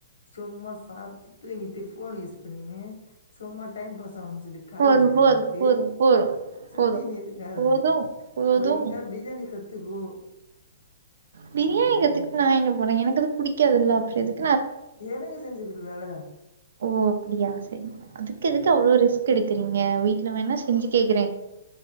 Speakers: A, on the left (about 85°); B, on the right (about 70°).
A: சும்மா சாப்டு தூங்கிட்டு போன் யூஸ் பண்ணினு சும்மா டைம் பாஸ் ஆவுணு சொல்லி காலேஜுக்
B: போதும்,
A: கிளபிட்டு
B: போதும், போதும், போதும்,
A: சுத்தினு
B: போதும்.
A: இருக்காத
B: போதும், போதும்.
A: ஒழுங்கா பிரியாணி கத்துகோ
B: பிரியாணி கத்துகுட்டு நா எங்க போறே எனக்குதா புடிக்காதுல்ல அப்றோ எதுக்
A: எனக்கு செஞ்சி குடுகலால்ல
B: ஓ அப்டியா சேரி அதுக் எதுக்கு அவ்ளோ ரிஸ்க் எடுக்குறீங்க வீட்ல வேணா செஞ்சி கேக்குறே